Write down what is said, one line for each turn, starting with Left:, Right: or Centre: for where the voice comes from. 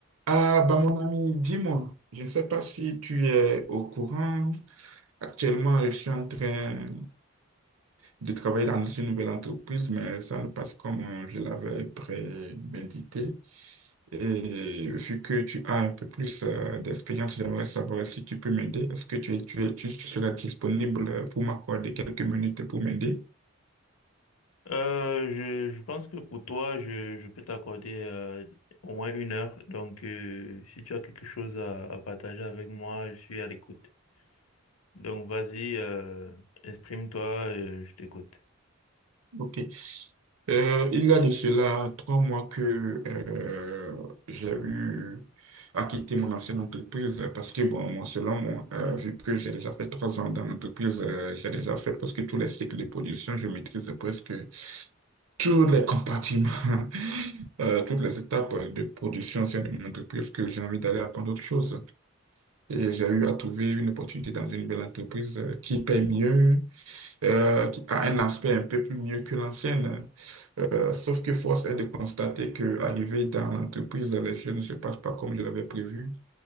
Right: Ah, bah mon ami, dis-moi, je ne sais pas si tu es au courant. Actuellement, je suis en train de travailler dans une nouvelle entreprise, mais ça ne passe comme euh, je l'avais prémédité. Et vu que tu as un peu plus euh, d'expérience, j'aimerais savoir si tu peux m'aider. Est-ce que tu, es- tu, es- tu, tu seras disponible euh, pour m'accorder quelques minutes pour m'aider?
Left: Euh, je, je pense que pour toi, je, je peux t'accorder euh, au moins une heure. Donc, euh, si tu as quelque chose à, à partager avec moi, je suis à l'écoute. Donc, vas-y, euh, exprime-toi, euh, je t'écoute.
Right: Ok. Euh, il y a de cela trois mois que euh, j'ai eu à quitter mon ancienne entreprise parce que, bon, moi, selon moi, euh, vu que j'ai déjà fait trois ans dans l'entreprise, euh, j'ai déjà fait presque tous les cycles de production, je maîtrise presque tous les compartiments, <laughs> euh, toutes les étapes de production au sein de mon entreprise que j'ai envie d'aller apprendre autre chose. Et j'ai eu à trouver une opportunité dans une belle entreprise euh, qui paye mieux, euh, qui a un aspect un peu plus mieux que l'ancienne. Euh, sauf que force est de constater que arrivé dans l'entreprise, les choses ne se passent pas comme je l'avais prévu.